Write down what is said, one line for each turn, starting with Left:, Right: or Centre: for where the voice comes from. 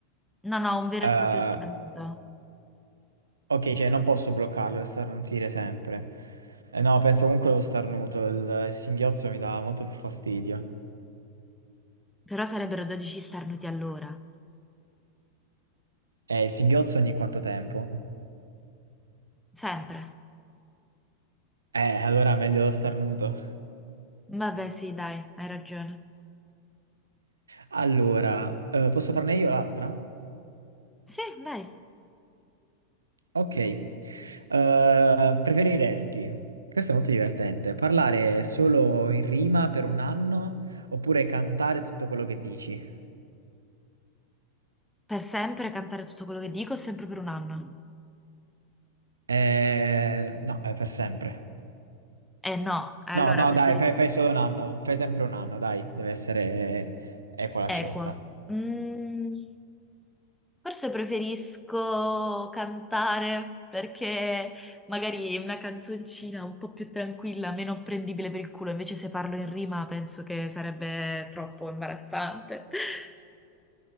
Centre: No, no, un vero
Right: eh,
Centre: e proprio starnuto.
Right: Ok, cioè non posso bloccarlo e starnutire sempre. Eh, no, penso comunque lo starnuto, il, il singhiozzo mi dà molto più fastidio.
Centre: Però sarebbero 12 starnuti all'ora.
Right: Eh, il singhiozzo ogni quanto tempo?
Centre: Sempre.
Right: Eh, allora meglio lo starnuto.
Centre: Vabbè, sì, dai, hai ragione.
Right: Allora, eh, posso farne io l'altra?
Centre: Sì, dai.
Right: Ok. Eh, preferiresti, questo è molto divertente, parlare solo in rima per un anno oppure cantare tutto quello che dici?
Centre: Per sempre cantare tutto quello che dico, sempre per un anno.
Right: Eh, no, è per sempre.
Centre: Eh no, allora
Right: No, no,
Centre: preferisco...
Right: dai, fai, fai solo un anno, fai sempre un anno, dai, deve essere equa la scelta.
Centre: Equo. Mm, forse preferisco cantare perché magari una canzoncina un po' più tranquilla, meno prendibile per il culo. Invece se parlo in rima penso che sarebbe troppo imbarazzante. <laughs>